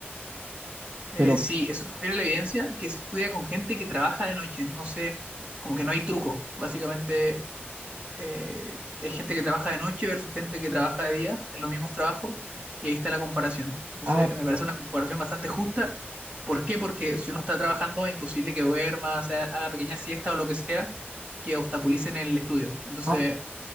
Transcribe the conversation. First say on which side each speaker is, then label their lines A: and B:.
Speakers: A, on the right; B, on the right.
A: Eh,
B: Pero,
A: sí, eso sugiere la evidencia que se estudia con gente que trabaja de noche, entonces como que no hay truco. Básicamente eh, es gente que trabaja de noche versus gente que trabaja de día en los mismos trabajos y ahí está la comparación. Entonces,
B: ah,
A: me parece una comparación bastante justa. ¿Por qué? Porque si uno está trabajando es imposible que duerma, o sea, haga pequeña siesta o lo que sea que obstaculicen el estudio. Entonces,
B: ah,